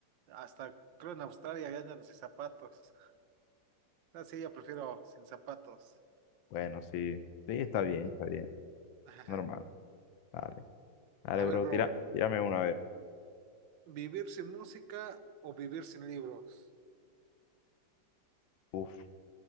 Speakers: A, on the right; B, on the left.
A: hasta creo en Australia ya andan sin zapatos. Así yo prefiero sin zapatos.
B: Bueno, sí. Sí, está bien, está bien.
A: Ajá.
B: Normal. Dale. Dale,
A: A ver,
B: bro.
A: bro,
B: Tira, tírame una vez.
A: ¿vivir sin música o vivir sin libros?
B: Uf,